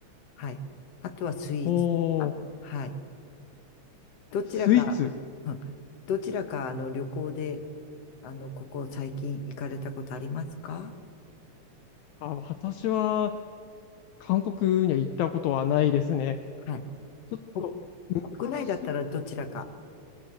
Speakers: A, on the left; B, on the left.
A: はい。あとはスイーツとか。
B: おー、
A: はい。どちらか、
B: スイーツ。
A: <laughs> うんどちらか、あの、旅行で、あの、ここ最近行かれたことありますか
B: あ、私は韓国には行ったことはないですね。
A: はい。
B: ちょっと昔
A: こ、国内だったらどちらか。